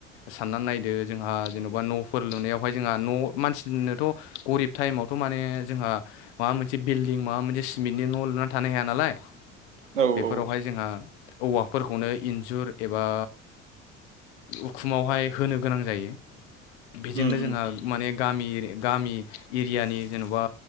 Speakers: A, on the left; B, on the right.
A: साननानै नायदो जोंहा जेनेबा न'फोर लुनायावहाय जोंहा न' मानसिनोथ' गरिब टाइमावथ' माने जोंहा माबा मोनसे बिल्डिं माबा मोनसे सिमेन्टनि न' लुनानै थानो हाया नालाय
B: औ
A: बेफोरावहाय
B: औ
A: जोंहा औवाफोरखौनो इन्जुर एबा उखुमावहाय होनो गोनां जायो बेजोंनो
B: उम उम
A: जोंहा माने गामि गामि एरियानि जेन'बा